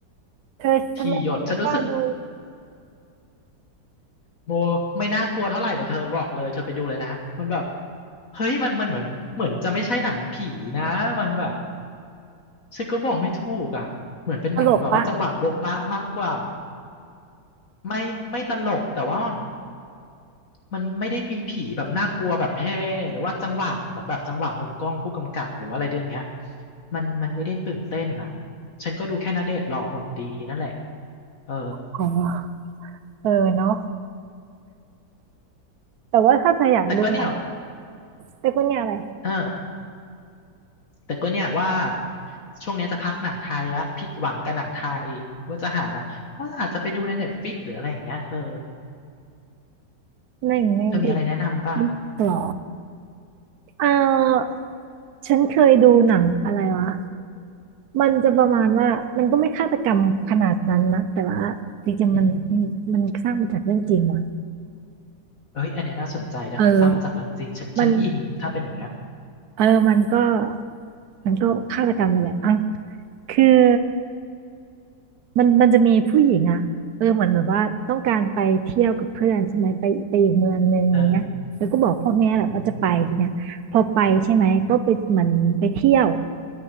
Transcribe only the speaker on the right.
เธอทำไมฉันไม่กล้าดู
ตลกปะ
อ๋อเออเนาะแต่ว่าถ้าเธออยากดูหนัง
เรียกว่าเนี่ยอะไร
หนึ่งในเด็ก
หรอเออ ฉันเคยดูหนังอะไรวะ มันจะประมาณว่า มันก็ไม่ฆาตกรรมขนาดนั้นนะแต่ว่าจริงๆมัน
มันสร้างมาจากเรื่องจริงว่ะ
เออมันเออมันก็มันก็ฆาตกรรมนี่แหละอ่ะคือมันมันจะมีผู้หญิงอ่ะเออเหมือนแบบว่าต้องการไปเที่ยวกับเพื่อนใช่ไหมไปไปอีกเมืองหนึงอย่างเงี้ยแล้วก็บอกพ่อแม่แหละว่าจะไปทีเนี้ยพอไปใช่ไหมก็ไปเหมือนไปเที่ยว